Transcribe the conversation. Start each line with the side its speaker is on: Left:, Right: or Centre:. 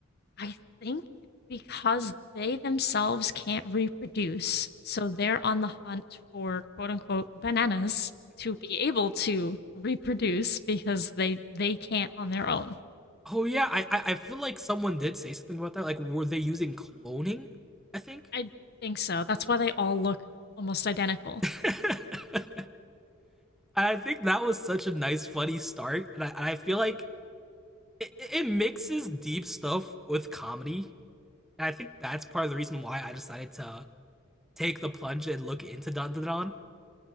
Left: I think because they themselves can't reproduce, so they're on the hunt for quote unquote bananas to be able to reproduce because they they can't on their own.
Centre: Oh yeah, I, I I feel like someone did say something about that. Like, were they using cloning? I think.
Left: I think so. That's why they all look almost identical.
Centre: <laughs> And I think that was such a nice, funny start, and I and I feel like it, it mixes deep stuff with comedy, and I think that's part of the reason why I decided to take the plunge and look into Dandadan.